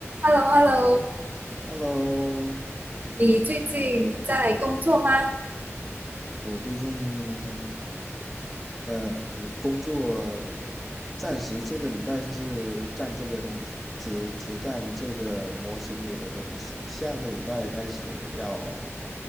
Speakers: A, on the right (about 35°); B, in the centre.
A: Hello，Hello，
B: Hello，
A: 你最近在工作吗？
B: 我最近呃嗯工作暂时这个礼拜是干这个东西，只只干这个模型里的东西。下个礼拜开始要